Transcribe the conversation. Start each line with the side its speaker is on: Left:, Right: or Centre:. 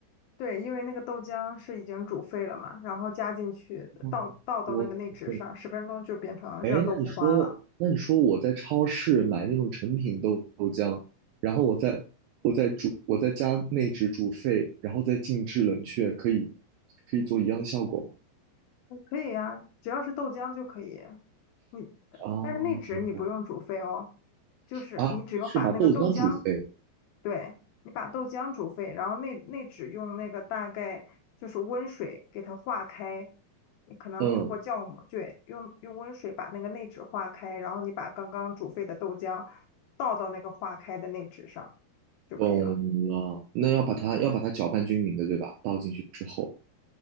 Left: 对，因为那个豆浆是已经煮沸了嘛，然后加进去，
Right: 吗？
Left: 倒倒到那个内酯上，
Right: 哦我懂
Left: 十分钟就变成热豆腐花了。
Right: 哎，那你说，那你说我在超市买那种成品豆豆浆，然后我再我再煮，我在家内酯煮沸，然后再静置冷却，可以可以做一样的效果吗？
Left: 嗯可以呀、只要是豆浆就可以。你，
Right: 啊，
Left: 但是内酯你不用煮沸哦，
Right: 明白
Left: 就是你只用把那个豆浆
Right: 啊，是把豆浆煮沸，
Left: 对，你把豆浆煮沸，然后内内酯用那个大概就是温水给它化开，你可能用过酵母，
Right: 嗯，
Left: 对，用用温水把那个内酯化开，然后你把刚刚煮沸的豆浆倒到那个化开的内酯上就可以了，
Right: 懂了。那要把它要把它搅拌均匀的，对吧？倒进去之后，